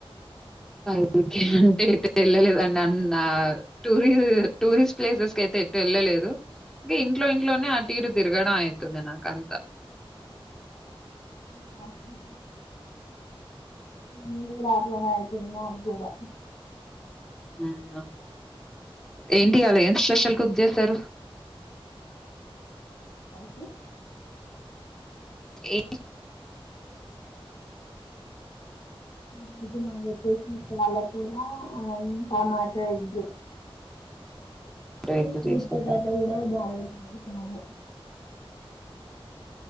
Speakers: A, in the centre; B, on the left.
A: బైటికి అంటే ఎటు ఎళ్ళలేదండి అన్న టూరి టూరిస్ట్ ప్లేసెస్ కయితే ఎటు ఎళ్ళలేదు ఇంకా ఇ ట్లో ఇంట్లోనే అటూఇటూ తిరగడం అయి తుంది నా కంత
B: ఉ బస్ ఉంది నేను కూడా అట్లనే అయితుంది నాగుడా
A: నిన్ను ఏంటి ఇయలా ఏం స్పెషల్ కుక్ చేస్ సరు
B: తు
A: ఏ
B: <unintelligible> పాలకూర టమాట ఎగ్గు
A: ఎగ్
B: స్వీట్
A: చేసారా?
B: పోటాట కూడ బయిల్ అవును